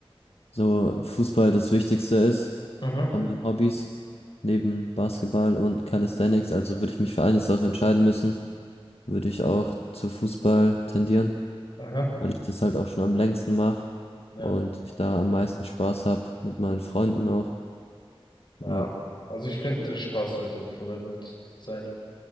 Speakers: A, on the left; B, on the left.
A: so Fußball das Wichtigste ist
B: mhm.
A: von meinen Hobbys, neben Basketball und Calisthenics. Also würde ich mich für eine Sache entscheiden müssen, würde ich auch zu Fußball tendieren,
B: Aha.
A: weil ich das halt auch schon am längsten mache
B: Ja.
A: und ich da am meisten Spaß habe mit meinen Freunden auch.
B: Ja.
A: Ja,
B: Also ich finde, der Spaß sollte im Vordergrund sein.